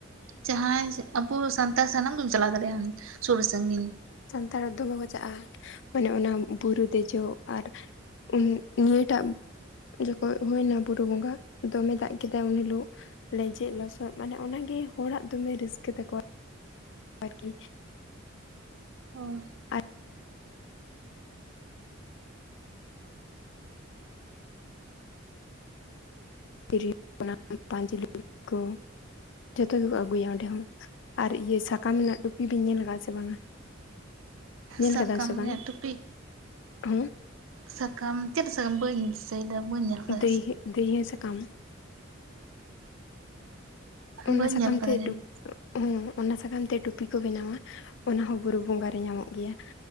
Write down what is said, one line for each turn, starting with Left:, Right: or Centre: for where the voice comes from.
Right: ᱡᱟᱦᱟᱸᱭ ᱟᱵᱚ ᱥᱟᱱᱛᱟᱲ ᱥᱟᱱᱟᱢ ᱵᱚᱱ ᱪᱟᱞᱟᱣ ᱫᱟᱲᱮᱭᱟᱜᱼᱟ ᱥᱩᱨ ᱥᱟᱺᱜᱤᱧ᱾
Left: ᱛᱟᱨ ᱫᱚᱢᱮ ᱢᱚᱡᱟᱜᱼᱟ ᱚᱱᱮ ᱚᱱᱟ ᱵᱩᱨᱩ ᱫᱮᱡᱚᱜ, ᱟᱨ ᱩᱸ ᱱᱤᱭᱟᱹ ᱴᱟᱜ ᱡᱚᱠᱷᱚᱡ ᱦᱩᱭᱱᱟ ᱵᱩᱨᱩ ᱵᱚᱸᱜᱟ, ᱫᱚᱢᱮᱭ ᱫᱟᱜ ᱠᱮᱫᱟ ᱩᱱ ᱦᱤᱞᱚᱜ᱾ ᱞᱮᱸᱡᱮᱡ ᱞᱚᱥᱚᱫ ᱢᱟᱱᱮ ᱚᱱᱟᱜᱮ ᱦᱚᱲᱟᱜ ᱫᱚᱢᱮ ᱨᱟᱹᱥᱠᱟᱹ ᱛᱟᱠᱚ᱾ ᱟᱨᱠᱤ
Right: ᱦᱚᱭ᱾
Left: ᱟᱨ <inaudible> <inaudible> ᱯᱟᱹᱧᱪᱤ ᱞᱩᱜᱲᱤ ᱠᱚ ᱡᱚᱛᱚ ᱜᱮᱠᱚ ᱟᱹᱜᱩᱭᱟ ᱚᱸᱰᱮ ᱦᱚᱸ ᱟᱨ ᱤᱭᱟᱹ ᱥᱟᱠᱟᱢ ᱨᱮᱱᱟᱜ ᱴᱩᱯᱤ ᱵᱤᱱ ᱧᱮᱞ ᱠᱟᱜ-ᱟ ᱥᱮ ᱵᱟᱝ-ᱟ? ᱧᱮᱞ
Right: ᱥᱟᱠᱟᱢ
Left: ᱠᱟᱫᱟᱢ ᱥᱮ ᱵᱟᱝ
Right: ᱨᱮᱭᱟᱜ ᱴᱩᱯᱤ?
Left: ᱦᱮᱸ
Right: ᱥᱟᱠ ᱠᱟᱢ ᱪᱮᱫ ᱥᱟᱠᱟᱢ ᱵᱟᱹᱧ ᱫᱤᱥᱟᱹᱭᱫᱟ, ᱵᱟᱹᱧ ᱧᱮᱞ ᱟᱠᱟᱫᱟ
Left: ᱫᱟᱹᱭᱦᱟᱹᱜ, ᱫᱟᱹᱭᱦᱟᱹ ᱥᱟᱠᱟᱢ᱾ ᱚᱱᱟ
Right: ᱵᱟᱹᱧ
Left: ᱥᱟᱠᱟᱢ
Right: ᱧᱮᱞ ᱟᱠᱟᱫᱟ
Left: ᱛᱮ
Right: ᱡᱟᱹᱱᱤᱡ
Left: ᱴᱩ ᱦᱩᱸ ᱚᱱᱟ ᱥᱟᱠᱟᱢ ᱛᱮ ᱴᱩᱯᱤ ᱠᱚ ᱵᱮᱱᱟᱣ ᱟ ᱾ ᱚᱱᱟ ᱦᱚᱸ ᱵᱩᱨᱩ ᱵᱚᱸᱜᱟ ᱨᱮ ᱧᱟᱢᱚᱜ ᱜᱮᱭᱟ